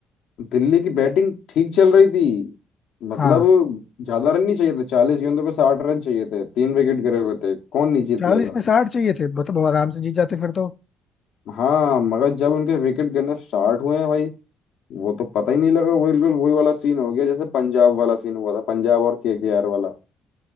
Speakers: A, on the left; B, on the left.
A: दिल्ली की बैटिंग ठीक चल रही थी मतलब
B: हाँ
A: ज्यादा रन नहीं चाहिए थे चालीस गेंदों पे साठ रन चाहिए थे तीन विकेट गिरे हुए थे कौन नहीं जीत
B: चालीस
A: लेगा
B: में साठ चाहिए थे मतलब आराम से जीत जाते फिर तो
A: हाँ मगर जब उनके विकेट गिरना स्टार्ट हुए हैं भाई वो तो पता ही नहीं लगा वो बिल्कुल वही वाला सीन हो गया जैसे पंजाब वाला सीन हुआ था पंजाब और केकेआर वाला